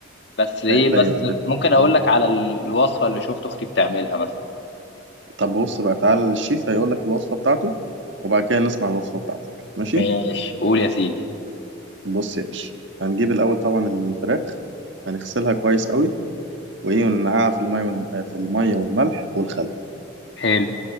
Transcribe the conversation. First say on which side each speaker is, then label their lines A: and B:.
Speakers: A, on the left; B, on the right.
A: بس ايه
B: لا لا
A: بس
B: يا بت...
A: ممكن اقول
B: مم.
A: لك على الوصفة اللي شفت اختي بتعملها مثلا
B: طب بص بقى تعالى للشيف هيقول لك الوصفة بتاعته وبعد كده نسمع الوصفة بتاعتك ماشي
A: ماشي قول يا سيدي
B: بص يا باشا هنجيب الاول طبعا الفراخ هنغسلها كويس قوي وايه وننقعها في الميه والم... آه، في الميه والملح والخل
A: حلو